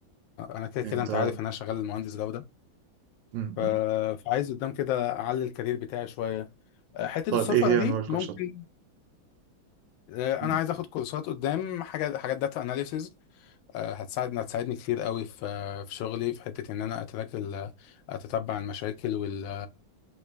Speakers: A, on the left; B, on the right.
A: انا كده كده
B: انت
A: انت عارف إن انا شغال مهندس جوده
B: م
A: ف...
B: -م.
A: فعايز قدام كده اعلي الكارير بتاعي شويه آه، حته
B: طيب
A: السفر
B: ايه هي
A: دي
B: انواع الكورسات
A: ممكن آه،
B: م-
A: انا عايز اخد كورسات قدام حاجه حاجات داتا اناليسز هتساعدني هتساعدني كتير قوي في في شغلي في حته ان انا اتراك ال... اتتبع المشاكل وال